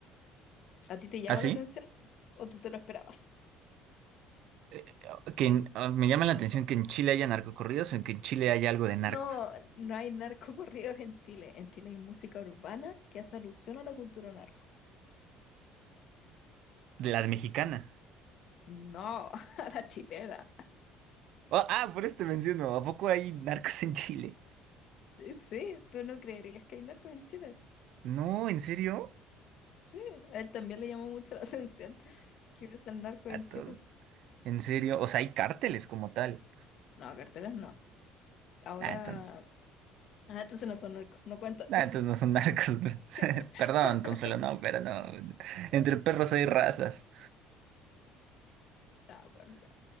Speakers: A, on the left; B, on the right.
A: ¿A ti te llama
B: ¿Ah, sí?
A: la atención o tú te lo esperabas?
B: Eh, que en- ah, me llama la atención que en Chile haya narcocorridos o en que en Chile haya algo de
A: No,
B: narcos.
A: no hay narcocorridos en Chile. En Chile hay música urbana que hace alusión a la cultura narco.
B: De la mexicana.
A: No, <laughs> a la chilena.
B: Oh, ah, por eso te menciono. ¿A poco hay narcos en Chile?
A: Sí, tú no creerías que hay narco en Chile.
B: No, ¿en serio?
A: Sí, a él también le llamó mucho la <laughs> atención que hubiesen narco
B: A
A: en Chile.
B: todo. ¿En serio? O sea, hay cárteles como tal.
A: No, carteras no. Ahora.
B: Ah, entonces.
A: Ah, entonces no son narcos, no cuentan.
B: Ah, entonces no son narcos. <laughs>
A: <laughs>
B: Perdón, Consuelo, no, pero no. Entre perros hay razas.
A: Ah, bueno, ya.